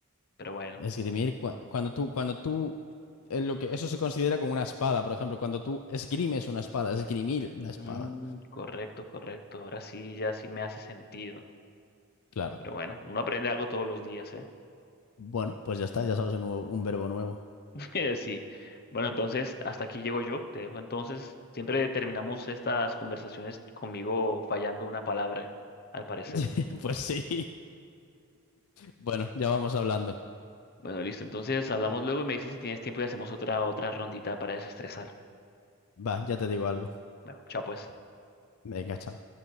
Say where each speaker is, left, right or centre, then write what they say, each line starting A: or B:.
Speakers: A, on the left; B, on the left.
A: Pero bueno.
B: Esgrimir, cua- cuando tú, cuando tú, eh, lo que, eso se considera como una espada, por ejemplo, cuando tú esgrimes una espada, esgrimir la espada.
A: Mm, correcto, correcto. Ahora sí, ya sí me hace sentido.
B: Claro.
A: Pero bueno, uno aprende algo todos los días, eh.
B: Bueno, pues ya está, ya sabes un, nuevo- un verbo nuevo.
A: <laughs> Sí. Bueno, entonces, hasta aquí llego yo. Te dejo entonces. Siempre terminamos estas conversaciones conmigo fallando una palabra, al parecer.
B: <laughs> Pues sí. Bueno, ya vamos hablando.
A: Bueno, listo. Entonces hablamos luego y me dices si tienes tiempo y hacemos otra, otra rondita para desestresar.
B: Va, ya te digo algo.
A: Bueno, chao pues.
B: Venga, chao.